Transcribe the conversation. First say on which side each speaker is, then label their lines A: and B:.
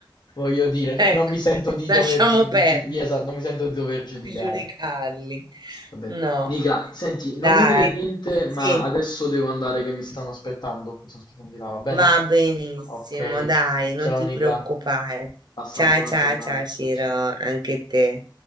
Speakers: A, on the left; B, on the right.
A: voglio dire, no-
B: ecco,
A: non mi sento di
B: lasciamo
A: dover, gi- di
B: perdere
A: gi- di- esatto, non mi sento di dover giudicare.
B: di giudicarli.
A: Vabbè.
B: No,
A: Nicola, senti, non
B: dai,
A: mi dire niente, ma
B: sì,
A: adesso devo andare che mi stanno aspettando. Mi stanno aspettando di là, va bene?
B: va benissimo,
A: Ok.
B: dai, non
A: Ciao
B: ti
A: Nicola.
B: preoccupare.
A: Passa
B: Ciao,
A: una buona
B: ciao,
A: giornata.
B: ciao, Ciro,
A: Ciao ciao.
B: anche te.